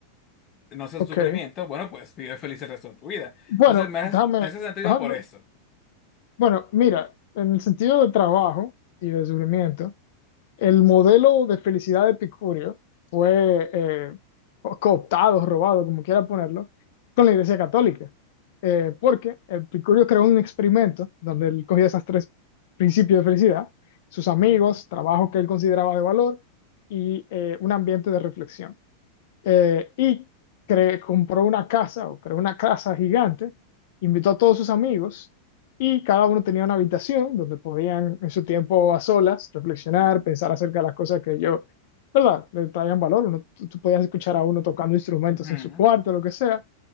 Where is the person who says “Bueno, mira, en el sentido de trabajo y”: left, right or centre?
Left